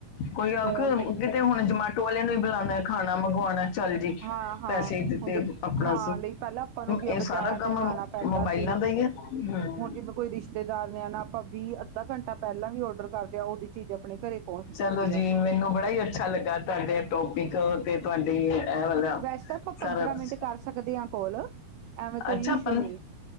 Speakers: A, on the left (about 60°); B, on the right (about 85°).
A: ਕੋਈ ਆ
B: ਫੋਨ
A: ਕੇ
B: ਦੇ
A: ਤੇ ਹੁਣ ਜਮਾਟੋ ਵਾਲਿਆਂ ਨੂੰ ਵੀ ਬੁਲਾਉਣਾ। ਖਾਣਾ ਮੰਗਵਾਉਣਾ ਚੱਲ ਜੀ
B: ਹਾਂ-ਹਾਂ
A: ਪੈਸੇ ਦਿੱਤੇ
B: ਹੁਣ ਦੇ
A: ਆਪਣਾ
B: ਖਾਣ ਲਈ ਪਹਿਲਾਂ ਆਪਾਂ ਨੂੰ ਕੀ
A: ਇਹ
B: ਆ ਬਾਜ਼ਾਰਾਂ
A: ਸਾਰਾ ਕੰਮ
B: ਚ ਜਾਣਾ ਪੈਂਦਾ
A: ਮੋਬਾਇਲਾਂ
B: ਸੀ।
A: ਦਾ ਹੀ ਹੈ ਹਮ।
B: ਹੁਣ ਜਿਵੇਂ ਕੋਈ ਰਿਸ਼ਤੇਦਾਰ ਨੇ ਨਾ ਆਪਾਂ ਵੀਹ ਅੱਧਾ ਘੰਟਾ ਪਹਿਲਾਂ ਵੀ ਔਡਰ ਕਰ ਗਿਆ ਆ ਉਹਦੀ ਚੀਜ਼ ਆਪਣੇ ਘਰੇ ਪਹੁੰਚ
A: ਚਲੋ
B: ਜਾਂਦੀ ਆ
A: ਜੀ ਮੈਨੂੰ ਬੜਾ ਹੀ ਅੱਛਾ ਲੱਗਾ ਤੁਹਾਡੇ ਟੋਪਿਕ ਤੇ ਤੁਹਾਡੀ ਵਾਲਾ
B: ਵੈਸੇ ਤਾਂ ਆਪਾਂ ਪੰਦਰਾਂ
A: ਸਾਰਾ ਕੁਛ
B: ਮਿੰਟ ਕਰ ਸਕਦੇ ਹਾਂ ਕੋਲ ਐਵੇਂ ਕੋਈ
A: ਅੱਛਾ
B: ਇਸ਼ੂ
A: ਪੰ
B: ਨਹੀਂ